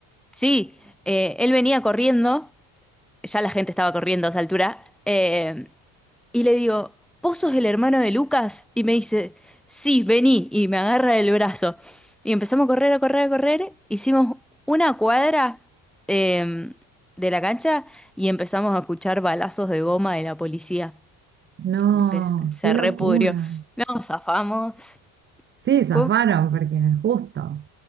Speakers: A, in the centre; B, on the right (about 30°).
A: Sí, eh, él venía corriendo, ya la gente estaba corriendo a esa altura, eh, y le digo, ¿vos sos el hermano de Lucas? Y me dice, sí, vení, y me agarra el brazo. Y empezamos a correr, a correr, a correr, hicimos una cuadra eh, de la cancha y empezamos a escuchar balazos de goma de la policía.
B: No,
A: como que se
B: qué
A: repudrió.
B: locura.
A: No, zafamos.
B: Sí, zafaron
A: Fue,
B: porque justo.